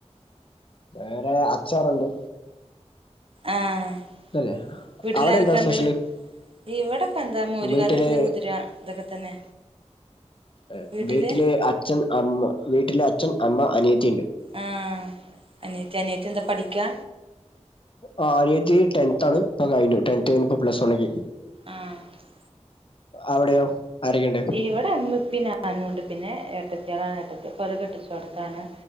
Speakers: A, on the left (about 45°); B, on the right (about 50°).
A: വേറെ അച്ചാറുണ്ട്
B: ആഹ്
A: അല്ലെ
B: വീട്ടിലാരൊക്കെണ്ട്
A: അവിടെ എന്താ സ്പെഷ്യല്
B: ഇവിടെപ്പ എന്താ മോരുകറിയുണ്ട്
A: വീട്ടില്
B: മുതിര ഇതൊക്കെ തന്നെ
A: ർ
B: വീട്ടില്
A: വീട്ടിലെ അച്ഛൻ അമ്മ വീട്ടിലെ അച്ഛൻ അമ്മ അനിയത്തിയുണ്ട്
B: ആ അനിയത്തി അനിയത്തി എന്താ പഠിക്കാ
A: ആ അനിയത്തി ടെൺ ത്താണ് ഇപ്പ കഴിഞ്ഞു ടെൺത്ത് കഴിഞ്ഞ് ഇപ്പോപ്ലസ് വൺ ക്ക്
B: ആഹ്
A: അവിടെയോ ആരൊക്കെയുണ്ട്
B: ഇവിടെ ഉമ്മി ഉപ്പി ഞാനും നുണ്ട് പിന്നെ ഏട്ടത്തിയാളാണ് ഇട്ടത്തി ഓലെ കെട്ടിച്ചോടത്താണ്